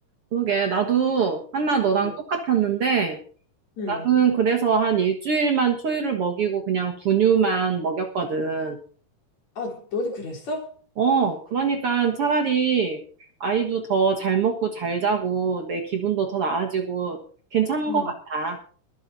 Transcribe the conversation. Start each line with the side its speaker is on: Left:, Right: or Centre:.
Right: 그러게. 나도 한나 너랑
Left: 응.
Right: 똑같았는데
Left: 응.
Right: 나는 그래서 한 일주일만 초유를 먹이고 그냥 분유만 먹였거든.
Left: 아, 너도 그랬어?
Right: 어, 그러니까 차라리 아이도 더 잘 먹고 잘 자고 내 기분도 더 나아지고 괜찮은
Left: 응.
Right: 것 같아.